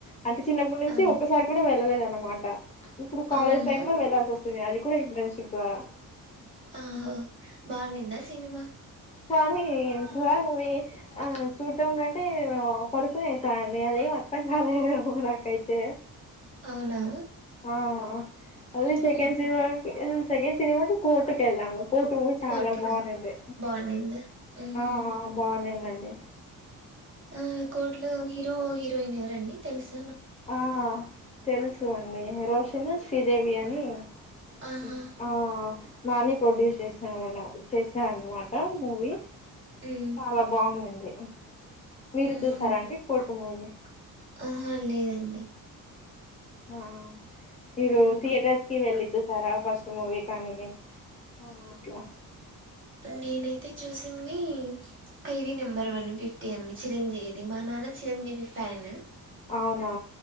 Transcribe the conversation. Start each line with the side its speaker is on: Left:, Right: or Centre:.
Left: అంటే చిన్నప్పటి నుంచి
Right: అవును
Left: ఒక్కసారి కూడా వెళ్ళలేదన్న మాట. ఇప్పుడు కాలేజ్
Right: అవునా
Left: టైమ్లో వెళ్లాల్సి వస్తది అది కూడా ఇంటర్న్షిప్ ద్వారా
Right: ఆహో బాగునిందా సినిమా
Left: కానీ సాలార్ మూవీ ఆ చూడ్డం కంటే నేను పడుకునే అండి అదేం అర్థం కాలేదు. పో నాకైతే
Right: అవునా
Left: ఆ మళ్ళీ
Right: మ్మ్
Left: సెకండ్ సినిమా సెకండ్ సినిమాకి కోర్టు కెళ్ళము. కోర్టు మూవీ చాలా
Right: కోటిక
Left: బాగునింది.
Right: బాగుండిందా ఊహు
Left: ఆ బాగుండేనం డి
Right: ఆ కోర్ట్ లో హీరో హీరోయిన్ ఎవరండి. తెల్స్
Left: ఆ తెల్సు అండి రోషన్ శ్రీదేవి అని
Right: ఆహా
Left: ఉమ్ ఆ నాని ప్రొడ్యూస్ చేసినారన చేసారనమాట మూవీ
Right: ఉమ్
Left: చాలా బాగుందండి మీరు
Right: ఊహు
Left: చూసారా అండి కోర్టు మూవీ
Right: ఆహా లేదండి
Left: ఆ మీరు
Right: ఉమ్
Left: థయేటర్స్ కి వెళ్ళి చూస్తూ తారా ఫస్ట్ మూవీ కానీ అ అట్లా
Right: నేనైతే చూసింది ఖైదీ నెంబర్ వన్ ఫిఫ్టీ అండి చిరంజీవిది మా నాన్న చిరంజీవి ఫ్యాన్
Left: అవునా